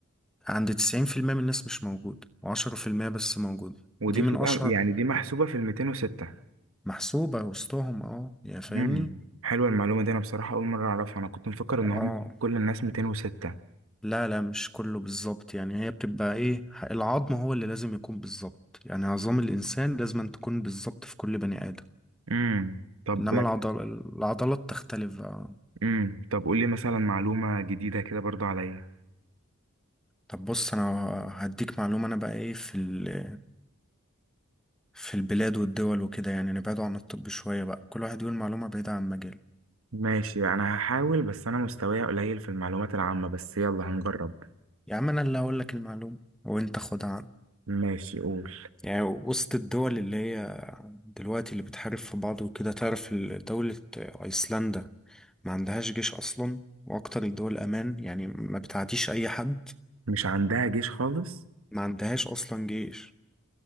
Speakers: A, in the centre; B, on the right.
A: عند تسعين في المية من الناس مش موجود وعشرة في المية بس موجود
B: ودي
A: دي من
B: بتبقى
A: أشهر
B: يعني دي محسوبة في ال 206
A: محسوبة وسطهم اه يا فاهمني
B: امم حلوة المعلومة دي أنا بصراحة أول مرة أعرفها أنا كنت مفكر
A: اه
B: إن هم كل الناس 206
A: لا لا مش كله بالظبط يعني هي بتبقى ايه العظم هو اللي لازم يكون بالظبط يعني عظام الإنسان لازم أن تكون بالظبط في كل بني آدم
B: امم طب
A: إنما العضل... العضلات تختلف اه
B: امم طب قول لي مثلا معلومة جديدة كده برضو عليا
A: طب بص أنا هديك معلومة أنا بقى ايه في ال... في البلاد والدول وكده يعني نبعدوا عن الطب شوية بقى كل واحد يقول معلومة بعيدة عن مجاله
B: ماشي أنا هحاول بس أنا مستواي قليل في المعلومات العامة بس يلا هنجرب
A: يا عم أنا اللي هقول لك المعلومة وأنت خدها عني
B: ماشي قول
A: يعني وسط الدول اللي هي دلوقتي اللي بتحارب في بعض وكده تعرف ال- دولة أيسلندا ما عندهاش جيش أصلا وأكتر الدول أمان يعني ما بتعديش أي حد
B: مش عندها جيش خالص
A: ما عندهاش أصلا جيش